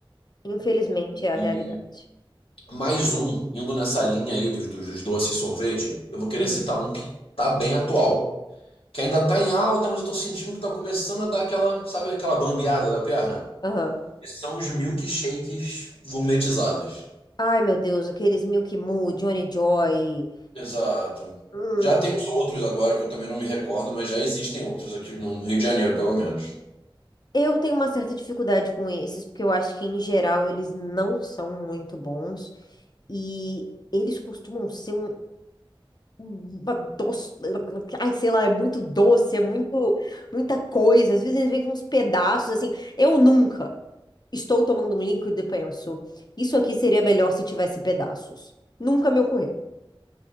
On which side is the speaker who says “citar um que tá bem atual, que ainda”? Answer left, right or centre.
Left